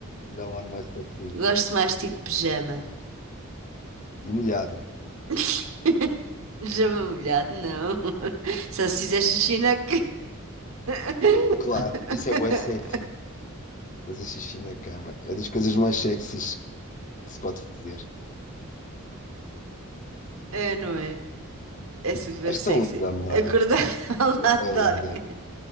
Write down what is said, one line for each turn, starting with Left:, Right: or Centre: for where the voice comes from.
Left: que dá um ar mais fofinho
Right: Gosto mais de ti de pijama.
Left: e molhado?
Right: <laughs> Pijama molhado, não. <laughs> Só se fizer xixi na... ca- <laughs>
Left: Claro, isso é bué sexy. Fazer xixi na cama. É das coisas mais sexys que se pode fazer.
Right: É, não é? É super
Left: És
Right: sexy.
Left: tão linda, amor.
Right: Acordar <laughs> ao
Left: É
Right: lado
Left: bem
Right: de alguém,
Left: linda.